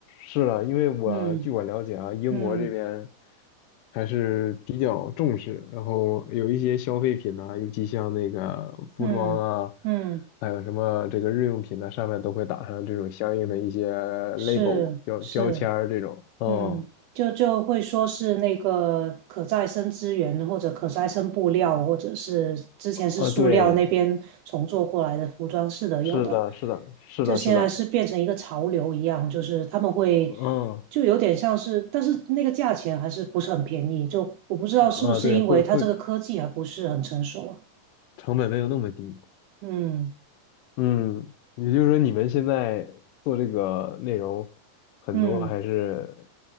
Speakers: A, on the left; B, on the right.
A: 是啊，因为我据我了解啊，
B: 嗯
A: 英国这边
B: 嗯
A: 还是比较重视，然后有一些消费品啊，尤其像那个服装啊，
B: 嗯嗯，
A: 还有什么这个日用品呢、上面都会打上这种相应的一些
B: 是是。
A: label 标标签儿这种。哦，
B: 嗯，就就会说是那个可再生资源，或者可再生布料，或者是之前是塑料那边重做过来的服装是的，
A: 呃，对，
B: 有的
A: 是的，是的，是的，
B: 就现在是变成一个潮流一样，
A: 是的，
B: 就是他们会
A: 嗯，
B: 就有点像是，但是那个价钱还是不是很便宜，就我不知道是不是因为它这个科技还不是很成熟啊。
A: 啊，对，会会成本没有那么低。
B: 嗯
A: 嗯，也就是说你们现在做这个内容，很多还是
B: 嗯，